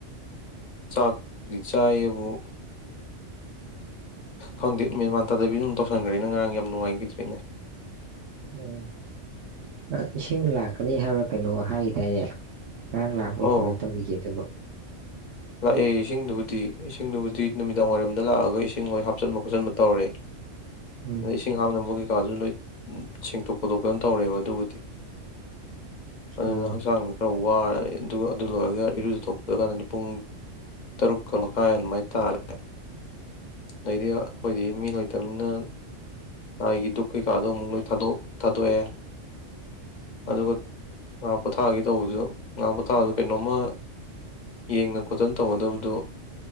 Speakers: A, on the left (about 50°); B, on the right (about 65°).
A: ꯆꯥꯛꯗꯤ ꯆꯥꯏꯌꯦꯕꯨ ꯈꯪꯗꯦꯞ ꯃꯦꯟꯃꯥꯟꯇꯥꯗꯕꯤ ꯑꯗꯨꯝ ꯇꯧꯁꯟꯈ꯭ꯔꯦꯅ ꯉꯔꯥꯡ ꯌꯥꯝ ꯅꯨꯡꯉꯥꯏꯈꯤꯗ꯭ꯔꯤꯅꯦ
B: ꯎꯝ ꯅꯪ ꯏꯁꯤꯡ ꯂꯥꯛꯀꯅꯤ ꯍꯥꯏꯕ ꯀꯩꯅꯣ ꯍꯥꯏꯗꯥꯏꯅꯦ ꯉꯔꯥꯡ ꯂꯥꯛꯄ꯭ꯔꯣ
A: ꯑꯧ
B: ꯀꯃꯥꯏꯅ ꯇꯧꯕꯤꯒꯦ ꯑꯗꯨꯕ
A: ꯂꯥꯛꯑꯦ ꯏꯁꯤꯡꯗꯨꯕꯨꯗꯤ ꯏꯁꯤꯡꯗꯨꯕꯨꯗꯤ ꯅꯨꯃꯤꯗꯥꯡ ꯋꯥꯏꯔꯝꯗ ꯂꯥꯛꯑꯒ ꯏꯁꯤꯡ ꯂꯣꯏ ꯍꯥꯞꯆꯤꯟꯕ ꯈꯣꯠꯆꯟꯕ ꯇꯧꯔꯦ
B: ꯎꯝ
A: ꯑꯗꯩ ꯏꯁꯤꯡ ꯍꯝꯅ ꯑꯃꯨꯒꯤ ꯀꯩꯀꯥꯗꯨ ꯂꯣꯏ ꯁꯦꯡꯇꯣꯛ ꯈꯣꯠꯇꯣꯛꯇꯅ ꯇꯧꯔꯦꯕ ꯑꯗꯨꯕꯨꯗꯤ ꯑꯗꯨ
B: ꯑꯣ
A: ꯍꯧꯪꯁꯥꯡ ꯈꯔ ꯋꯥꯔ ꯑꯗꯨꯒ ꯑꯗꯨ ꯂꯣꯏꯔꯒ ꯏꯔꯨꯗꯨ ꯊꯣꯛꯄꯗ ꯀꯥꯟꯗꯗꯤ ꯄꯨꯡ ꯇꯔꯨꯛꯀ ꯃꯈꯥꯏ ꯑꯗꯨꯃꯥꯏ ꯇꯥꯔꯦ ꯑꯗꯩꯗꯤ ꯑꯩꯈꯣꯏꯗꯤ ꯃꯤ ꯂꯩꯇꯕꯅꯤꯅ ꯂꯥꯏꯒꯤ ꯗꯨꯛ ꯀꯩꯀꯥꯗꯣ ꯑꯃꯨꯛ ꯂꯣꯏ ꯊꯥꯗꯣꯛ ꯊꯥꯗꯣꯛꯑꯦ ꯑꯗꯨꯒ ꯉꯥ ꯄꯣꯊꯥꯒꯦ ꯇꯧꯕꯗꯨ ꯉꯥ ꯄꯣꯊꯥꯕꯗ ꯀꯩꯅꯣꯝꯃ ꯌꯦꯡꯗ ꯈꯣꯠꯇꯅ ꯇꯧꯒꯗꯕꯗꯨꯣ